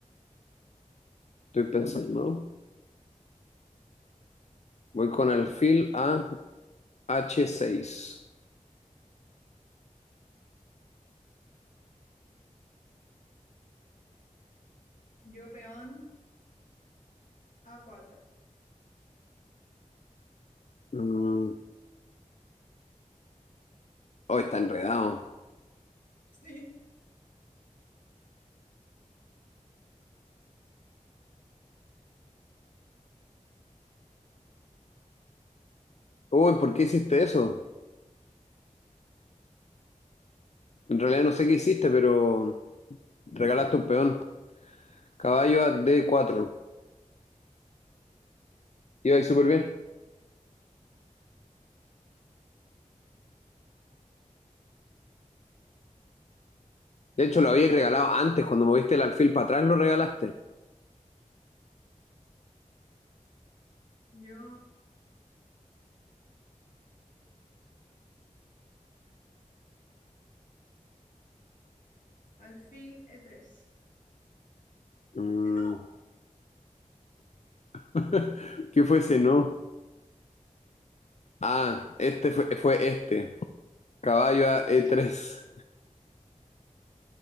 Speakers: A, on the left; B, on the left.
A: Estoy pensando. Voy con alfil a H6.
B: Yo peón a cuatro. <laughs>
A: Mm, oh, está enredado.
B: Sí.
A: Uy, ¿por qué hiciste eso? En realidad no sé qué hiciste, pero regalaste un peón. Caballo a D4. Iba ahí súper bien. De hecho, lo habíais regalado antes, cuando moviste el alfil para atrás, lo regalaste.
B: Yo alfil e tres.
A: Mm,
B: ¡Eh, ¡No!
A: <laughs> ¿Qué fue ese no? Ah, este fue, fue este. Caballo a
B: <laughs>
A: e
B: Sí.
A: tres